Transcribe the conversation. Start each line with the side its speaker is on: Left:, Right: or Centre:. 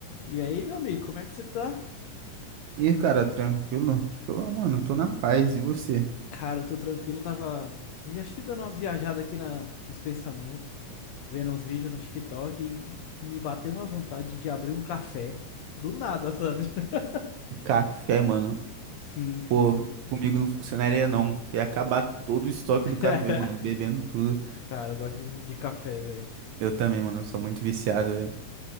Left: E aí, meu amigo, como é que você tá?
Right: E aí, cara, tranquilo? Tô, mano, tô na paz. E você?
Left: Cara, eu tô tranquilo, tava vi- acho que dando umas viajadas aqui na, nos pensamentos, vendo uns vídeos no TikTok e me bateu uma vontade de abrir um café do nada, sabe? <laughs>
Right: Café, mano.
Left: Sim, sim.
Right: Pô, comigo não funcionaria não. Ia acabar todo o estoque
Left: <laughs>
Right: do café, mano, bebendo tudo.
Left: Cara, eu gosto muito de café, velho.
Right: Eu também, mano, sou muito viciado, velho.